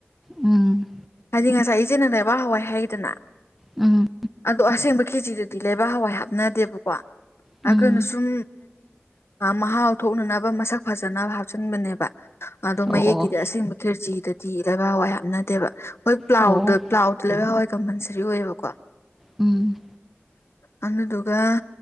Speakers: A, in the centre; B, on the left.
A: ꯎꯝ
B: ꯍꯥꯏꯗꯤ ꯉꯁꯥꯏ ꯏꯆꯦ ꯅꯪ ꯂꯩꯕꯥꯛ ꯍꯋꯥꯏ ꯍꯥꯏꯒꯤꯗꯅ
A: ꯎꯝ
B: ꯑꯗꯣ ꯑꯁꯦꯡꯕ ꯈꯦꯠꯖꯤꯗꯗꯤ ꯂꯩꯕꯥꯛ ꯍꯋꯥꯏ ꯍꯥꯞꯅꯗꯦꯕꯀꯣ
A: ꯎꯝ
B: ꯑꯗꯨꯅ ꯁꯨꯝ ꯃꯍꯥꯎ ꯊꯣꯛꯅꯅꯕ ꯃꯁꯛ ꯐꯖꯅꯕ ꯍꯥꯞꯆꯤꯟꯕꯅꯦꯕ ꯑꯗꯣ
A: ꯑꯣ
B: ꯃꯌꯦꯛꯀꯤꯗꯤ
A: ꯑꯣ
B: ꯑꯁꯦꯡꯕ ꯈꯦꯔꯆꯤꯗꯗꯤ ꯂꯩꯕꯥꯛ ꯋꯥꯏ ꯍꯥꯞꯅꯗꯦꯕ ꯍꯣꯏ ꯄ꯭ꯂꯥꯎꯗ
A: ꯑꯣ
B: ꯄ꯭ꯂꯥꯎꯗ ꯂꯩꯕ ꯍꯋꯥꯏ ꯀꯝꯄꯜꯁꯔꯤ ꯑꯣꯏꯌꯦꯕꯀꯣ
A: ꯎꯝ
B: ꯑꯗꯨ ꯗꯨꯒ